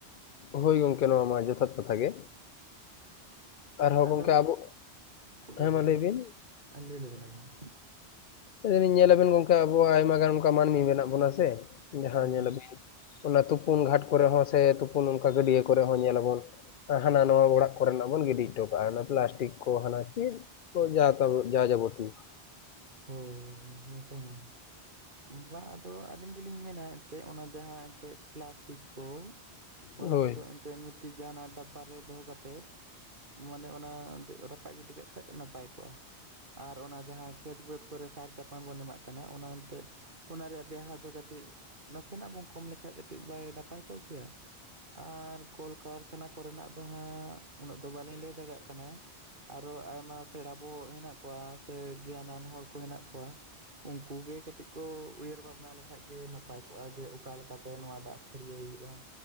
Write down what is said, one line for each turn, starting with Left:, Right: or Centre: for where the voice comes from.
Left: ᱦᱳᱭ ᱜᱚᱢᱠᱮ ᱱᱚᱣᱟ ᱢᱟ ᱡᱚᱛᱷᱟᱛ ᱠᱟᱛᱷᱟ ᱜᱮ᱾ ᱟᱨᱦᱚᱸ
Right: ᱟᱫᱚ
Left: ᱜᱚᱢᱠᱮ ᱟᱵᱚ
Right: ᱦᱳᱭ
Left: ᱦᱮᱸ ᱢᱟ
Right: ᱞᱟᱹᱭᱵᱤᱱ
Left: ᱞᱟᱹᱭ ᱵᱤᱱ
Right: ᱞᱟᱹᱭ ᱞᱮᱵᱤᱱ ᱟᱹᱵᱤᱱ ᱢᱟ
Left: ᱤᱧ ᱧᱮᱞᱟᱵᱮᱱ ᱜᱚᱝᱠᱮ ᱟᱵᱚᱣᱟᱜ ᱟᱭᱢᱟ ᱜᱟᱱ ᱚᱱᱠᱟ ᱢᱟᱹᱱᱢᱤ ᱢᱮᱱᱟᱜ ᱵᱚᱱᱟ ᱥᱮ᱾ ᱡᱟᱦᱟᱸ
Right: ᱦᱳᱭ
Left: ᱧᱮᱞᱟᱵᱤᱱ ᱚᱱᱟ ᱛᱩᱯᱩᱱ ᱜᱷᱟᱴ ᱠᱚᱨᱮ ᱦᱚᱸ ᱥᱮ ᱛᱩᱯᱩᱱ ᱚᱱᱠᱟ ᱜᱟᱹᱰᱤᱭᱟᱹ ᱠᱚᱨᱮ ᱦᱚᱸ ᱧᱮᱞᱟᱵᱚᱱ ᱦᱟᱱᱟ ᱱᱟᱣᱟ ᱚᱲᱟᱜ ᱠᱚᱨᱮᱱᱟᱜ ᱵᱚᱱ ᱜᱤᱰᱤ ᱦᱚᱴᱚ ᱠᱟᱜᱼᱟ ᱦᱟᱱᱟ ᱯᱞᱟᱥᱴᱤᱠ ᱠᱚ ᱦᱟᱱᱟ ᱪᱮᱫᱠᱚ ᱡᱟ ᱡᱟᱵᱚᱛᱤ
Right: ᱦᱳᱭ ᱦᱳᱭ ᱦᱛ ᱛᱚ ᱦᱮᱸ ᱵᱟᱝ ᱟᱫᱚ ᱟᱹᱞᱤᱧ ᱫᱚᱞᱤᱧ ᱢᱮᱱᱟ ᱮᱱᱛᱮᱫ ᱚᱱᱟ ᱡᱟᱦᱟᱸ ᱮᱱᱛᱮᱫ ᱯᱞᱟᱥᱴᱤᱠ ᱠᱚ ᱚᱱᱟ
Left: ᱦᱳᱭ
Right: ᱠᱚᱫᱚ ᱮᱱᱛᱮᱫ ᱢᱤᱫᱴᱤᱡ ᱡᱟᱦᱟᱱᱟᱜ ᱰᱟᱵᱵᱟ ᱨᱮ ᱫᱚᱦᱚ ᱠᱟᱛᱮᱫ ᱢᱟᱱᱮ ᱚᱱᱟ ᱨᱟᱯᱟᱜ ᱜᱤᱰᱤ ᱠᱟᱜ ᱠᱷᱟᱡ ᱱᱟᱯᱟᱭ ᱠᱚᱜᱼᱟ ᱟᱨ ᱚᱱᱟ ᱡᱟᱦᱟᱸ ᱠᱷᱮᱛ ᱵᱟᱹᱫᱽ ᱠᱚᱨᱮ ᱥᱟᱨ ᱪᱟᱯᱟᱱ ᱵᱚᱱ ᱮᱢᱟᱜ ᱠᱟᱱᱟ ᱚᱱᱟ ᱮᱱᱛᱮᱫ ᱚᱱᱟ ᱨᱮᱭᱟᱜ ᱵᱮᱣᱦᱟᱨ ᱫᱚ ᱠᱟᱹᱴᱤᱡ ᱱᱟᱥᱮᱱᱟᱜ ᱵᱚᱱ ᱠᱚᱢ ᱞᱮᱠᱷᱟᱡ ᱠᱟᱹᱴᱤᱡ ᱵᱟᱭ ᱱᱟᱯᱟᱭ ᱠᱚᱜ ᱜᱮᱭᱟ ᱟᱨ ᱠᱚᱞ ᱠᱟᱨᱠᱷᱟᱱᱟ ᱠᱚᱨᱮᱱᱟᱜ ᱫᱚ ᱦᱟᱸᱜ ᱩᱱᱟᱹᱜ ᱫᱚ ᱵᱟᱹᱞᱤᱧ ᱞᱟᱹᱭ ᱫᱟᱲᱮᱭᱟᱜ ᱠᱟᱱᱟ ᱟᱨᱚ ᱟᱭᱢᱟ ᱥᱮᱬᱟ ᱵᱚᱦᱚᱜ ᱦᱮᱱᱟᱜ ᱠᱚᱣᱟ ᱥᱮ ᱜᱮᱭᱟᱱᱟᱱ ᱦᱚᱲ ᱠᱚ ᱦᱮᱱᱟᱜ ᱠᱚᱣᱟ ᱩᱱᱠᱩ ᱜᱮ ᱠᱟᱹᱴᱤᱡ ᱠᱚ ᱩᱭᱦᱟᱹᱨ ᱵᱷᱟᱵᱽᱱᱟ ᱞᱮᱠᱷᱟᱡ ᱜᱮ ᱱᱟᱯᱟᱭ ᱠᱚᱜᱼᱟ ᱡᱮ ᱚᱠᱟ ᱞᱮᱠᱟᱛᱮ ᱱᱚᱣᱟ ᱫᱟᱜ ᱯᱷᱟᱹᱨᱭᱟᱹᱭ ᱦᱩᱭᱩᱜᱼᱟ